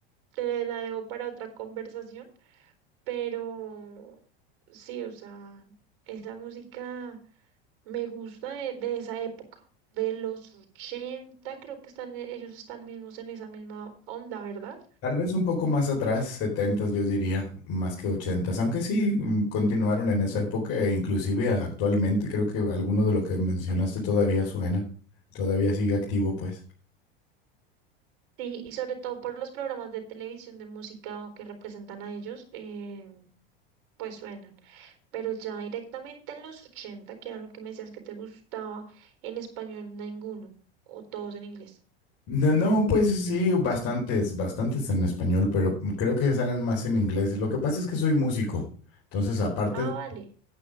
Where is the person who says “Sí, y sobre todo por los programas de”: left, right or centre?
Right